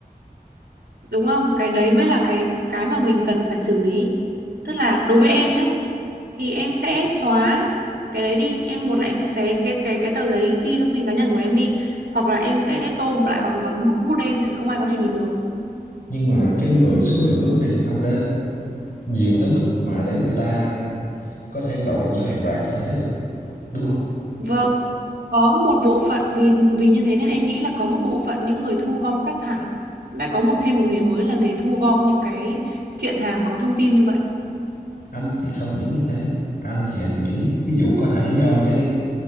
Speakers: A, on the right; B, on the left.
A: đúng không cái đấy mới là cái cái mà mình cần phải xử lý tức là đối với em nhá thì em sẽ xóa cái đấy đi em một là em sẽ xé cái cái cái tờ giấy ghi thông tin cá nhân của em đi hoặc là em sẽ tô lại bằng bằng bút, bút đen để không ai có thể nhìn được
B: nhưng mà cái người số người vứt đi không lẽ nhiều tới mức mà để người ta có thể gọi cho hàng loạt như thế được đúng không
A: Vâng, có một bộ phận vì vì như thế nên em nghĩ là có một bộ phận những người thu gom rác thải đã có một thêm một nghề mới là nghề thu gom những cái kiện hàng có thông tin như vậy.
B: anh thì không nghĩ như thế anh thì anh nghĩ ví dụ có thể do cái